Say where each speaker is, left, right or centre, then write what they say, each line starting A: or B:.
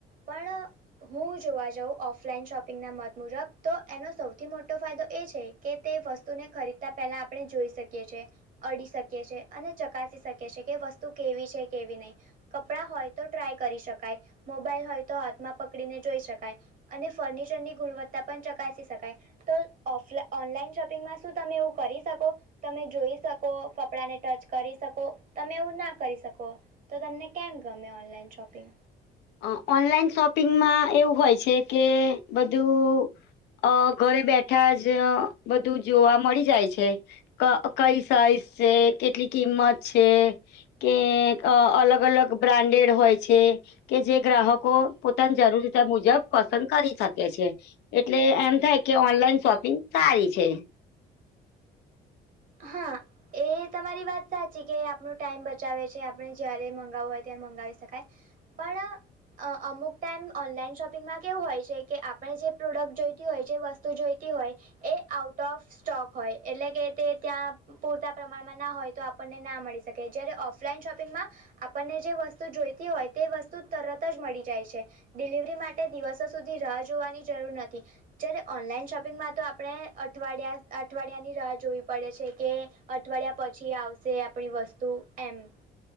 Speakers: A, on the right; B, on the left.
A: પણ હું જોવા જાઉં ઓફલાઈન શોપિંગના મત મુજબ તો એનો સૌથી મોટો ફાયદો એ છે કે તે વસ્તુને ખરીદતાં પહેલાં આપણે જોઈ શકીએ છીએ. અડી શકીએ છે અને ચકાસી શકે છે કે વસ્તુ કેવી છે કેવી નહી. કપડાં હોય તો ટ્રાય કરી શકાય મોબાઈલ હોય તો હાથમાં પકડીને જોઈ શકાય. અને ફર્નિચરની ગુણવત્તા પણ ચકાસી શકાય. તો ઓફલા ઓનલાઈન શોપિંગમાં શું તમે એવું કરી શકો? તમે જોઈ શકો કપડાંને ટચ કરી શકો તમે એવું ના કરી શકો તો તમને કેમ ગમે ઓનલાઈન શોપિંગ?
B: અ ઓનલાઈન શોપિંગમાં એવું હોય છે કે બધું અ ઘરે બેઠા જ બધું જોવા મળી જાય છે. ક કઈ સાઈઝ છે, કેટલી કિંમત છે. કે અલગ અલગ બ્રાન્ડેડ હોય છે. કે જે ગ્રાહકો પોતાની જરૂરીતા મુજબ પસંદ કરી શકે છે. એટલે એમ થાય કે ઓનલાઈન શોપિંગ સારી છે.
A: હા. એ તમારી વાત સાચી કે આપણો ટાઈમ બચાવે છે આપણે જયારે મંગાવવું હોય ત્યારે મંગાવી શકાય પણ અ અમુક ટાઈમ ઓનલાઈન શોપિંગમાં કેવું હોય છે કે આપણે જે પ્રોડક્ટ જોઈતી હોય જે વ સ્તુ જોઈતી હોય એ આઉટ ઓફ સ્ટોક હોય એટલે કે તે ત્યાં પૂરતા પ્રમાણમાં ના હોય તો આપણને ના મળી શકે જ્યારે ઓફલાઈન શોપિંગમાં આપણને જે વસ્તુ જોઈતી હોય તે વસ્તુ તરત જ મળી જાય છે ડિલિવરી માટે દિવસો સુધી રાહ જોવાની જરૂર નથી જયારે ઓનલાઈન શોપિંગમાં તો આપડે અઠવાડિયા અઠવાડિયા ની રાહ જોવી પડે છે કે અઠવાડિયા પછી આવશે આપણી વસ્તુ એમ